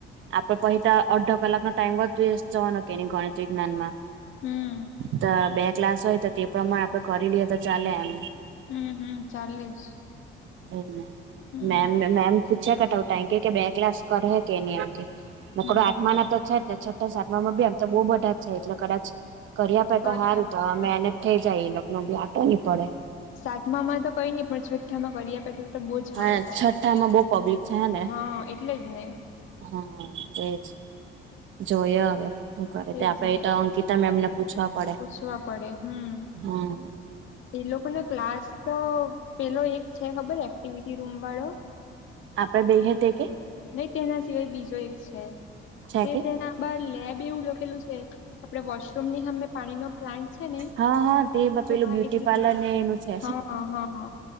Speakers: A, on the right (about 70°); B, on the left (about 75°).
A: આપડે પહિ તો અડધો કલાક નો ટાઈમ જ વેસ્ટ જવાનો કે ગણિત વિજ્ઞાન માં
B: હમ
A: તો બે ક્લાસ હોય તો તે પ્રમાણે આપડે કરી લઈએ તો ચાલે એમ
B: હમ્મ હમ્મ ચાલે જ
A: એજ ને
B: હમ
A: મેમ મેમને પૂછ્યા કટાઉ ટાઈમ કે બે ક્લાસ કરે હે કે એમ કે મુ
B: હમ
A: કર આત્મા ના તો છે જ ને છઠા સાતમાં એ તો બહુ બધા જ છે એટલે કદાચ કર્યા આપે
B: કરી
A: તો સારું
B: આપે
A: તો અમે એને જ થઇ જાય એ લોકો નોબી આટો ની પડે
B: સાતમા માં તો કઈ ની પણ છઠ્ઠામાં કરી આપે તો તો બહુ જ સારું
A: હા છઠ્ઠામાં બઉ પબ્લિક છે ને
B: હા એટલે જ ને
A: હમ્મ એજ જોય હવે શું કરે
B: તેજ
A: તે આપડે
B: ને
A: એટ અંકિતા મેમને પૂછવા પડે
B: પૂછવા પડે હમ
A: હમ્મ
B: એ લોકો નો ક્લાસ તો પેલો એક છે ખબર એક્ટિવિટી રૂમ વાળો
A: આપડે બે હે તે કે
B: નહી તેના સિવાય બીજો એક છે
A: છે
B: તે
A: કે
B: તેના પર લેબ એવું લખેલું છે. આપડે વોશરૂમની સામે પાણી નો પ્લાન્ટ ને
A: હા હા તે
B: જોવા
A: પેલું બ્યુટી
B: એટલા
A: પાર્લર ને એનું છે.
B: હ અ હ હ